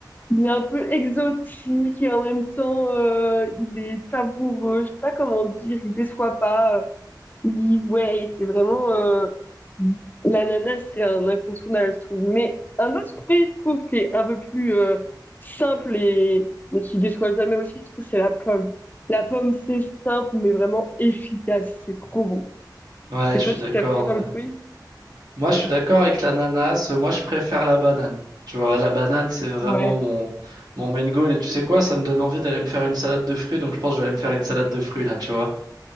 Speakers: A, on the left (about 25°); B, on the right (about 65°).
A: il est un peu exotique et en même temps, euh, il est savoureux. Je sais pas comment dire, il déçoit pas. Il, ouais, c'est vraiment, euh, l'ananas, c'est un incontournable, je trouve. Mais un autre fruit, je trouve, qui est un peu plus, euh, simple et, mais qui déçoit jamais aussi, je trouve, c'est la pomme. La pomme, c'est simple, mais vraiment efficace. C'est trop bon.
B: Ouais,
A: Et
B: je
A: toi,
B: suis
A: tu
B: d'accord.
A: t'aimes quoi comme
B: ouais.
A: fruit?
B: Moi, je suis d'accord avec l'ananas. Moi, je préfère la banane. Tu vois, la banane, c'est vraiment
A: Ouais.
B: mon, mon main goal. Et tu sais quoi, ça me donne envie d'aller me faire une salade de fruits. Donc, je pense que je vais aller me faire une salade de fruits là, tu vois.